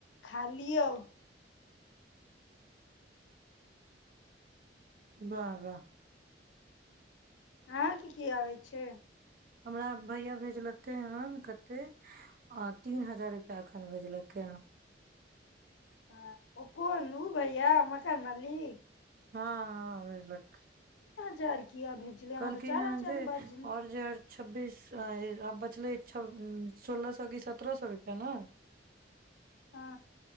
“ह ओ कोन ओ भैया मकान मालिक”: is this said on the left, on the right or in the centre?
Left